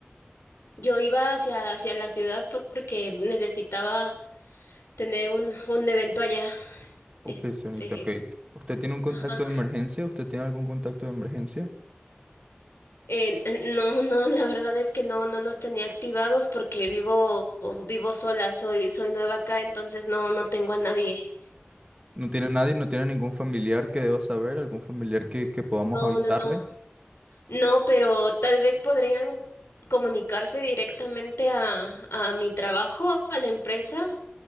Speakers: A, on the left; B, on the right.
A: Yo iba hacia, hacia la ciudad porque necesitaba tener un, un evento allá.
B: Ok,
A: Este,
B: señorita, ok. ¿Usted tiene un contacto
A: ajá.
B: de emergencia? ¿Usted tiene algún contacto de emergencia?
A: Eh, eh, no, no, la verdad es que no, no los tenía activados porque vivo, vivo sola, soy, soy nueva acá, entonces no, no tengo a nadie.
B: ¿No tiene nadie? ¿No tiene ningún familiar que deba saber? ¿Algún familiar que, que podamos
A: No,
B: avisarle?
A: no, no. No, pero tal vez podrían comunicarse directamente a, a mi trabajo, a la empresa,